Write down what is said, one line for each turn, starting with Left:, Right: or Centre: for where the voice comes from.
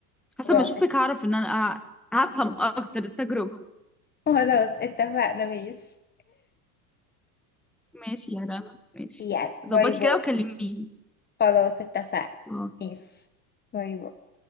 Centre: حسب
Left: خلاص
Centre: ما اشوفك
Left: ات-
Centre: هعرف ان انا أ- هفهم اكتر التجربه
Left: خلاص اتفقنا ماشي
Centre: ماشي يا رنا ماشي
Left: ماشي، يلا باي
Centre: ظبطي
Left: باي
Centre: كده وكلميني
Left: خلاص اتفقنا
Centre: آه،
Left: ماشي باي باي